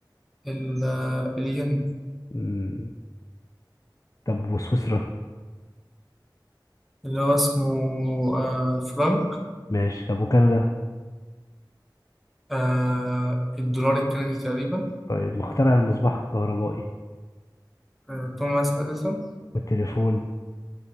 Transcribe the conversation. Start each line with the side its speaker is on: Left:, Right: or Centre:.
Centre: ال- آه، الين
Left: امم طب وسويسرا
Centre: اللي هو اسمه آه الفرنك
Left: ماشي طب وكندا
Centre: آه الدولار الكندي تقريبا
Left: طيب مخترع المصباح الكهربائي
Centre: آه توماس اديسون
Left: والتليفون